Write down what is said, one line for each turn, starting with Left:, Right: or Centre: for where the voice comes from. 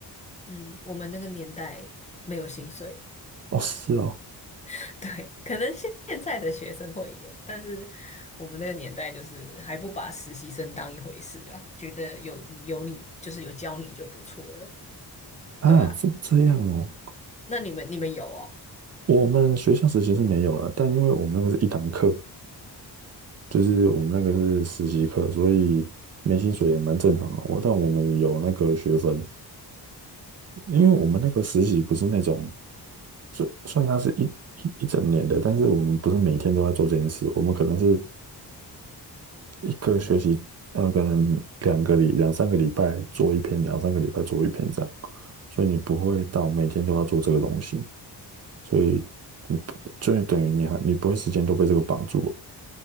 Left: 嗯，我们那个年代没有薪水，
Right: 哦，是哦，
Left: <laughs> 对，可能现现在的学生会有，但是我们那个年代就是还不把实习生当一回事啦，觉得有有你就是有教你就不错了。
Right: 啊，
Left: 对啊，
Right: 这这样哦。
Left: 那你们你们有哦？
Right: 我们学校实习是没有了，但因为我们那个是一堂课，就是我们那个是实习课，所以没薪水也蛮正常的哦。我但我们有那个学分，因为我们那个实习不是那种虽算它是一一一整年的，但是我们不是每天都在做这件事，我们可能是一个学期，呃，可能两个礼两三个礼拜做一篇，两三个礼拜做一篇这样，所以你不会到每天都要做这个东西，所以你不，就等于你还你不会时间都被这个绑住了。